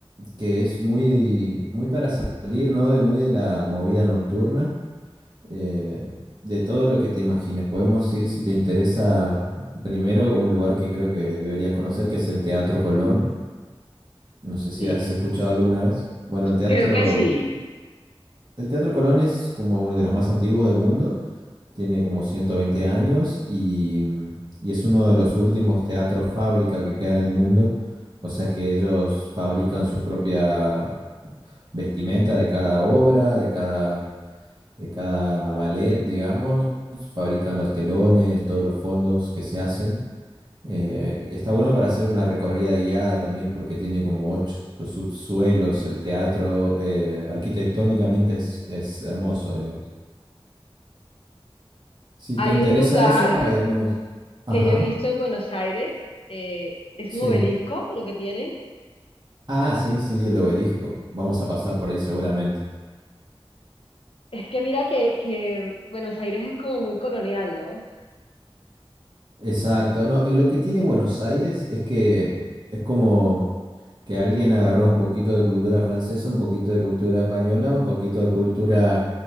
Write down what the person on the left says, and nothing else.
Sí,
Creo que sí.
Hay
un lugar
que yo he visto en Buenos Aires, eh, es
un obelisco lo que tienen.
Es que mira que, que Buenos Aires es como muy colonial, ¿no?